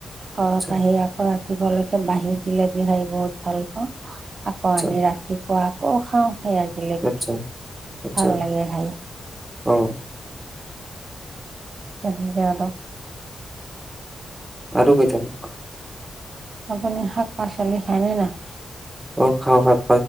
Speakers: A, on the right; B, on the right.
A: ঘৰত
B: আচ্ছা
A: আহি আগত দিবা লা বাহিকিলে বি- হয় বহুত ভাল পাওঁ। আকৌ
B: আচ্ছা
A: আনি ৰাতিপুৱা অ খাওঁ।
B: আচ্ছা
A: <unintelligible>
B: আচ্ছা
A: ভাল লাগে খাই।
B: অ
A: <unintelligible>
B: আৰু পাই থাক।
A: আপুনি শাক-পাচলি খায়নে নাখায়?
B: অ খাওঁ ভাত।